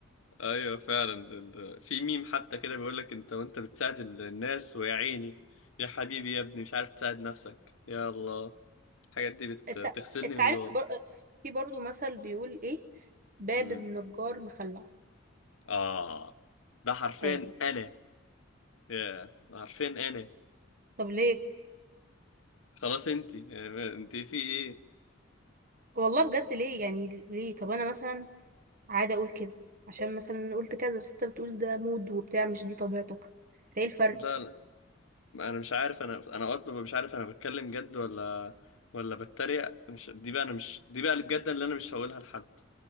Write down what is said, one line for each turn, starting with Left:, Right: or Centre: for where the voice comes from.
Left: ايوه فعلا ال- ال- في ميم حتى كده بيقول لك انت وانت بتساعد ال- الناس ويا عيني يا حبيبي يا ابني مش عارف تساعد نفسك يا الله الحاجات دي بت-
Right: انت
Left: بتغسلني
Right: انت
Left: من
Right: عارف
Left: جوه
Right: بر... في برضو مثل بيقول ايه باب
Left: مم.
Right: النجار مخلع
Left: اه ده حرفيا
Right: ايوه
Left: انا يا ده حرفيا انا
Right: طب ليه
Left: خلاص انت انت في ايه
Right: والله بجد ليه يعني ليه طب انا مثلا عادة اقول كده عشان مثلا قلت كذا بس انت بتقول ده مود وبتاع مش دي طبيعتك فايه الفرق
Left: لا لا انا مش عارف انا انا اوقات ببقى مش عارف انا بتكلم جد ولا ولا بتريق مش دي بقى انا مش دي بقى اللي بجد اللي انا مش هقولها لحد